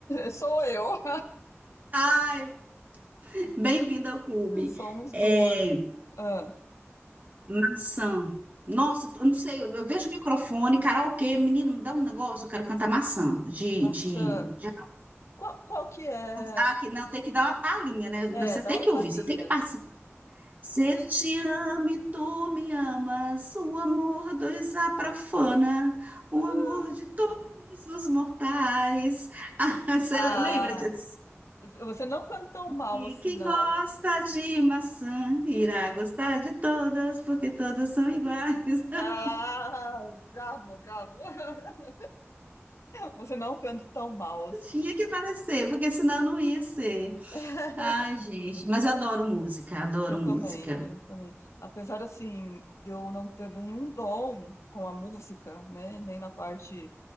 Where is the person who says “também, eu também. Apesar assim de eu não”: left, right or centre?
Left